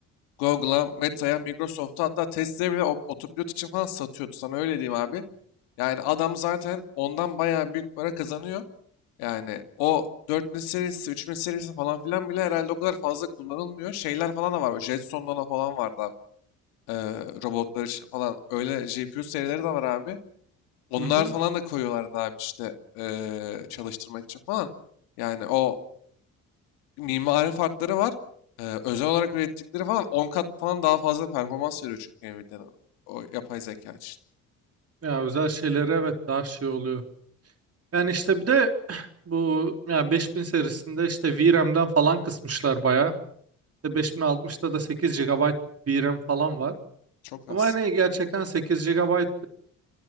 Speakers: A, on the left; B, on the right.
A: Google'a, Meta'ya, Microsoft'a hatta Tesla'ya bile o- otopilot için falan satıyordu. Sana öyle diyeyim abi. Yani adam zaten ondan bayağı büyük para kazanıyor. Yani o 4000 serisi, 3000 serisi falan filan bile herhalde o kadar fazla kullanılmıyor. Şeyler falan da var. böyle Jetson Nano falan vardı abi. Ee, robotlar için falan. Öyle GPU serileri de var abi. Onlar
B: <laughs> Hı hı.
A: falan da koyuyorlardı abi işte ee, çalıştırmak için falan. Yani o mimari farkları var. Ee, özel olarak ürettikleri falan 10 kat falan daha fazla performans veriyor çünkü Nvidia'nın o yapay zeka için.
B: Ya özel şeylere evet daha şey oluyor. Yani işte bir de <clears throat> bu ya 5000 serisinde işte VRAM'den falan kısmışlar bayağı. İşte beş bin altmışta da 8 GB VRAM falan var.
A: Çok az.
B: Ama hani gerçekten 8 GB